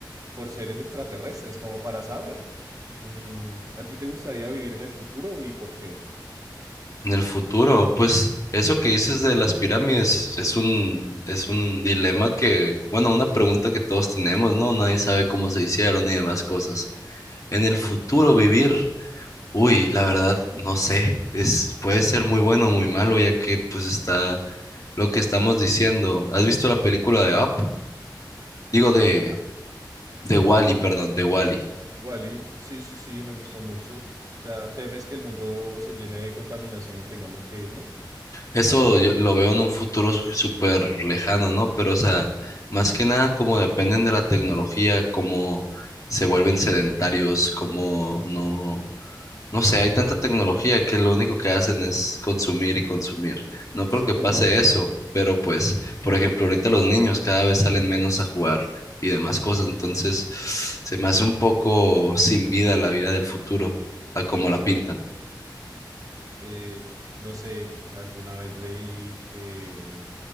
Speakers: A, on the right (about 45°); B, on the left (about 45°).
A: por seres extraterrestres, como para saber. Mm, ¿a ti te gustaría vivir en el futuro y por qué?
B: En el futuro, pues eso que dices de las pirámides es un es un dilema que, bueno, una pregunta que todos tenemos, ¿no? Nadie sabe cómo se hicieron y demás cosas. En el futuro vivir Uy, la verdad, no sé, es, puede ser muy bueno o muy malo, ya que pues está lo que estamos diciendo. ¿Has visto la película de Up? Digo de,
A: Eh,
B: de Wall-E,
A: ¿o
B: perdón,
A: cuál?
B: de Wall-E.
A: Wally, sí, sí, sí, me gustó mucho. O sea, ¿temes que el mundo se llene de contaminación y tengamos que irnos?
B: Eso yo lo veo en un futuro s- súper lejano, ¿no? Pero, o sea, más que nada, como dependen de la tecnología, cómo se vuelven sedentarios, cómo no. No sé, hay tanta tecnología que lo único que hacen es consumir y consumir. No creo
A: O sea,
B: que
A: ¿qué
B: pase
A: a ti te parece?
B: eso, pero pues, por ejemplo, ahorita los niños cada vez salen menos a jugar y demás cosas, entonces se me hace un poco sin vida la vida del futuro, a como
A: Es
B: la
A: cierto.
B: pintan.
A: Eh, no sé, alguna vez leí que,